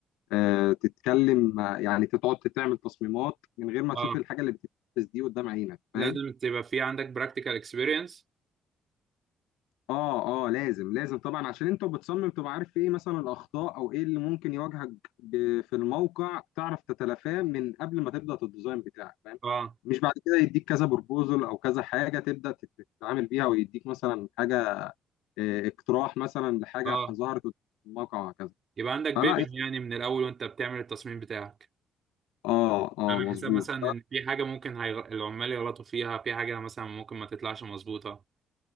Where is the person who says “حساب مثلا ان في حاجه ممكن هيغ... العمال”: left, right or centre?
Right